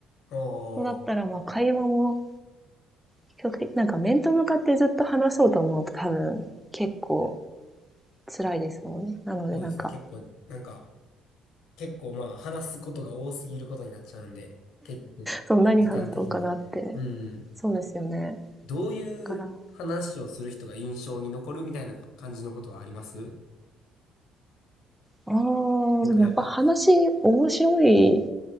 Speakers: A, on the left; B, in the centre.
A: お
B: なだったら、
A: ー。
B: まあ、会話も比較的、なんか面と向かってずっと話そうと思うと多分結構辛いですもんね。なのでなんか、
A: そうですね。結構、なんか、結構まあ、話すことが多すぎることになっちゃうんで、結局、
B: その何話そうかなって、
A: 時間的に。うん。
B: そうですよね。だ
A: どういう話をする人が印象に残るみたいな感じのことはあります
B: から、あー、
A: なんかやっぱ、
B: でもやっぱ話面白い